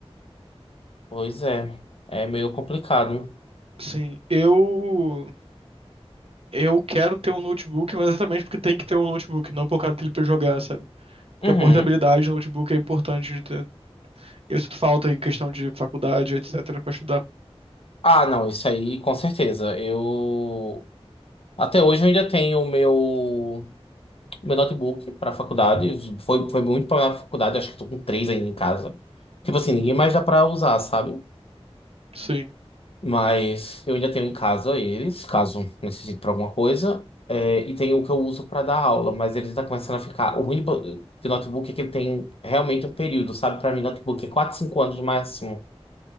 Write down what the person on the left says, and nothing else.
Pois é, é meio complicado.
Uhum.
Ah, não, isso aí com certeza. Eu até hoje eu ainda tenho o meu meu notebook para faculdade. Foi, foi muito para faculdade, acho que estou com três ainda em casa. Tipo assim,
ninguém mais dá para usar, sabe?
Mas eu ainda tenho em casa eles, caso necessite para alguma coisa. É, e tem o que eu uso para dar aula, mas ele tá começando a ficar. O ruim de bo- de notebook é que ele tem realmente um período, sabe? Para mim, notebook é 4, 5 anos no máximo.